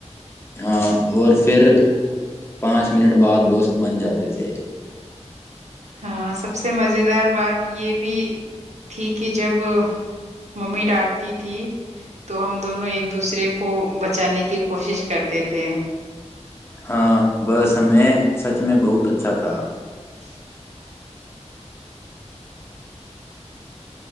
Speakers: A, on the left; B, on the right.
A: ہاں اور پھر پانچ منٹ بعد دوست بن جاتے تھے
B: ہاں سب سے مزیدار بات یہ بھی تھی کہ جب ممی ڈانٹتی تھی تو ہم دونوں ایک دوسرے کو بچانے کی کوشش کرتے تھے
A: ہاں وہ سمے سچ میں بہت اچھا تھا
B: <inaudible>